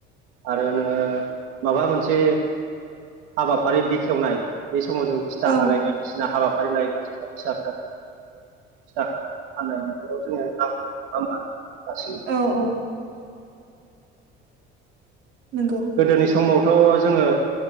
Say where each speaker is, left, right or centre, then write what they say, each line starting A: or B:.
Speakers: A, on the right (about 85°); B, on the right (about 60°).
A: आरो नोङो माबा मोनसे हाबाफारि बेखेवनाय बे समाव जों फिथा
B: औ
A: हानाय बायदिसिना हाबाफारि लायोबा जोंङो फिसा <inaudible> फिथा हानाय बेफोराव जोङो <inaudible> नङा होमबा? दासिम
B: औ औ नंगौ
A: गोदोनि समावथ' जोंङो